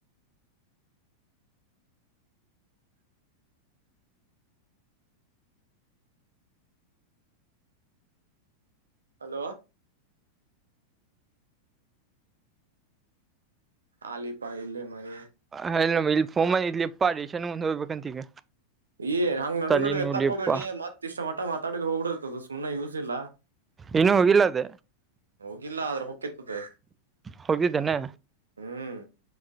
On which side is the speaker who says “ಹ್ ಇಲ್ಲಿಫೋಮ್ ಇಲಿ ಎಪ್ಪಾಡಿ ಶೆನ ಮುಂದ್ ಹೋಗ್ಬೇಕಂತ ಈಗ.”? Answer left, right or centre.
Right